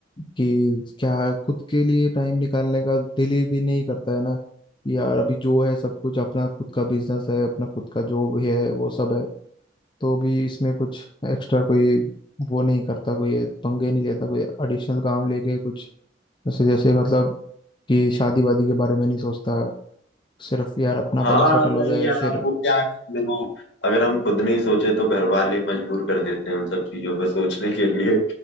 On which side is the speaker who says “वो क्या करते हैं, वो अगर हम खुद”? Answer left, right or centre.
Left